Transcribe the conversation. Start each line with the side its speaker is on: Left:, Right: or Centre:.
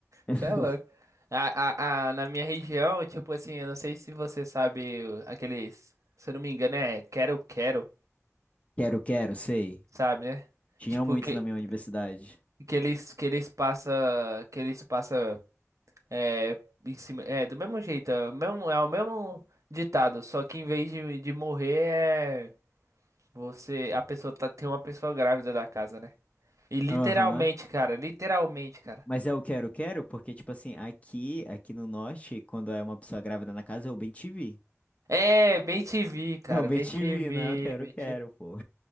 Left: <laughs>
Right: Você é louco. A, a, a- na minha região, tipo assim, eu não sei se você sabe o- aqueles. Se eu não me engano, é quero, quero,
Left: Quero, quero, sei.
Right: sabe, né?
Left: Tinha
Right: Tipo,
Left: muito
Right: que,
Left: na minha universidade.
Right: que eles, que eles passam. Que eles passam. É, em cima. É, do mesmo jeito. É o mesmo, é o mesmo ditado. Só que em vez de, de morrer, é. Você. A pessoa tá, tem uma pessoa grávida da casa, né? E literalmente,
Left: Aham.
Right: cara. Literalmente, cara.
Left: Mas é o quero, quero, porque, tipo assim, aqui, aqui no norte, quando é uma pessoa grávida na casa, é o bem te vi.
Right: É, bem te vi, cara.
Left: É o bem
Right: Bem
Left: te
Right: te
Left: vi,
Right: vi,
Left: né? Eu quero,
Right: bem
Left: quero, pô.